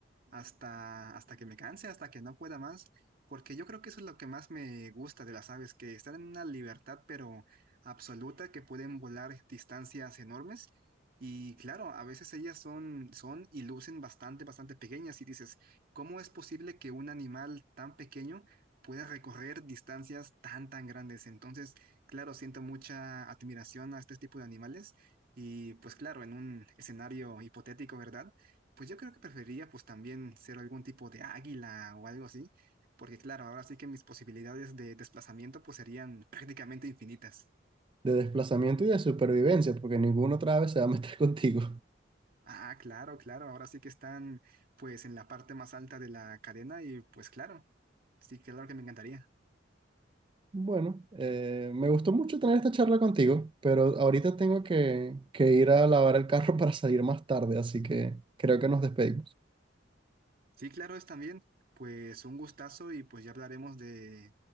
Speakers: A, on the right; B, on the right.
A: hasta, hasta que me canse, hasta que no pueda más, porque yo creo que eso es lo que más me gusta de las aves, que están en una libertad pero absoluta, que pueden volar distancias enormes. Y claro, a veces ellas son, son y lucen bastante, bastante pequeñas y dices, ¿cómo es posible que un animal tan pequeño pueda recorrer distancias tan, tan grandes? Entonces, claro, siento mucha admiración a este tipo de animales y pues claro, en un escenario hipotético, ¿verdad? Pues yo creo que preferiría pues también ser algún tipo de águila o algo así, porque claro, ahora sí que mis posibilidades de desplazamiento pues serían <laughs> prácticamente infinitas.
B: de desplazamiento y de supervivencia, porque ninguna otra ave se va a meter <laughs> contigo.
A: Ah, claro, claro, ahora sí que están pues en la parte más alta de la cadena y pues claro, sí, claro que me encantaría.
B: Bueno, eh, me gustó mucho tener esta charla contigo, pero ahorita tengo que, que ir a lavar el carro <laughs> para salir más tarde, así que creo que nos despedimos.
A: Sí, claro, es también pues un gustazo y pues ya hablaremos de,